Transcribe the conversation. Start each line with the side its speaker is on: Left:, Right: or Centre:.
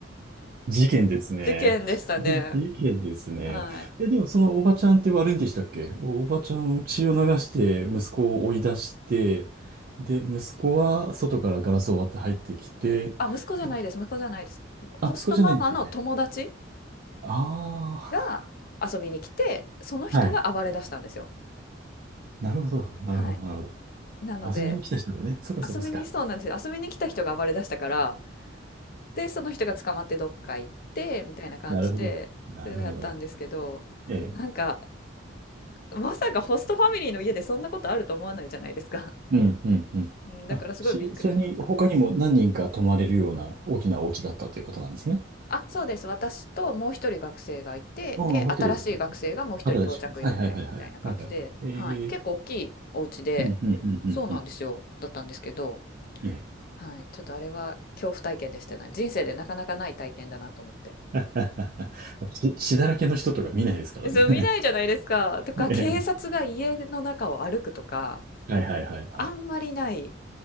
Right: 事件ですね。
Left: 事件でしたね。
Right: <laughs> 事件ですね。
Left: はい。
Right: え、でもそのおばちゃんって悪いんでしたっけおおばちゃん血を流して息子を追い出して、で、息子は外からガラスを割って入ってきて、
Left: あ、息子じゃないです。
Right: で、
Left: 息子じゃないです。ホストママの友達
Right: あ、息子じゃないんでしたっけあ
Left: が遊びに来て、その人が暴れ出したんですよ。
Right: あー、はい。なるほど、なるほど、
Left: はい。
Right: なるほど。
Left: なので、
Right: 遊びに来た人がね、そうかそうかそうか。
Left: 遊びにそうなんですよ。遊びに来た人が暴れ出したから、で、その人が捕まってどっか行って、みたいな感じで、
Right: なるほど、なるほど。
Left: でやったんですけど、
Right: ええ、
Left: なんか、まさかホストファミリーの家でそんなことあると思わないじゃないですか。
Right: うん、うん、うん。
Left: うん、だからすごいびっくりしました。
Right: あ、し、それに他にも何人か泊まれるような大きなお家だったということなんですね。
Left: あ、そうです。私ともう一人学生がいて、
Right: ああ、
Left: で、
Right: もう一人だったんですね。
Left: 新しい学生がもう一人到着予定みたいな感じで、
Right: 畑田修子さん。はいはいはいはい。はいはいはい。ええ
Left: はい。結構大きいお家で、
Right: うんうんうんうんうん。
Left: そうなんですよ。だったんですけど、
Right: ええ。
Left: はい。ちょっとあれは恐怖体験でしたね。人生でなかなかない体験だなと思って。
Right: <laughs> 血、血だらけの人とか見ないですからね。
Left: そう、見ないじゃないですか。とか、
Right: <laughs>
Left: 警察が家の中を歩くとか、
Right: ええはいはいはいはい。
Left: あんまりない